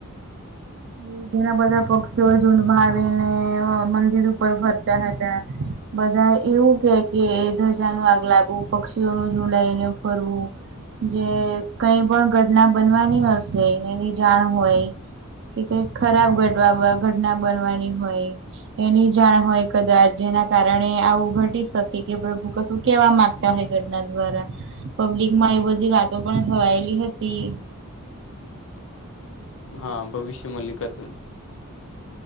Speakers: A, on the right; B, on the left.
A: હમ <unintelligible> જેના બધા પક્ષીઓ ઝૂડમાં આવીને મંદિર ઉપર ફરતા હતા. બધા એવું કે કે ધજા નુ આગ લાગવું પક્ષીઓનું ઝુંડ આઈને ફરવું. જે કઈ પણ ઘટના બનવાની હશે એની જાણ હોય. કે કઈક ખરાબ ઘટવા ઘટના બનવાની હોય. એની જાણ હોય કદાચ જેના કારણે આવું ઘટી શકે કે પ્રભુ ક. શું કેવા માંગતા હોય ઘટના દ્વારા પબ્લિક માં એ બધી વાતો પણ છવાયેલી હતી.
B: હા ભવિષ્યમલ્લિકા તો.